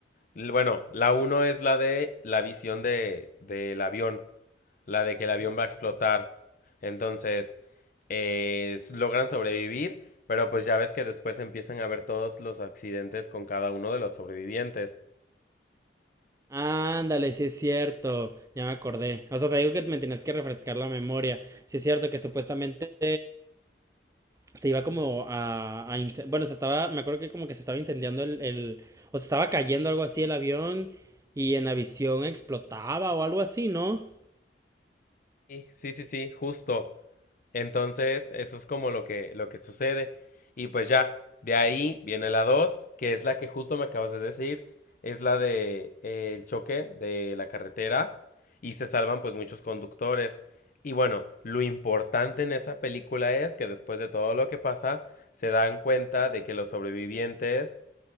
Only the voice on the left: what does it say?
L- Bueno, la uno es la de la visión de, del avión, la de que el avión va a explotar. Entonces, eh, s- logran sobrevivir, pero pues ya ves que después empiezan a ver todos los accidentes con cada uno de los sobrevivientes.
Sí, sí, sí, sí, justo. Entonces, eso es como lo que, lo que sucede. Y pues ya, de ahí viene la 2 que es la que justo me acabas de decir, es la de eh, el choque de la carretera y se salvan pues muchos conductores. Y bueno, lo importante en esa película es que después de todo lo que pasa, se dan cuenta de que los sobrevivientes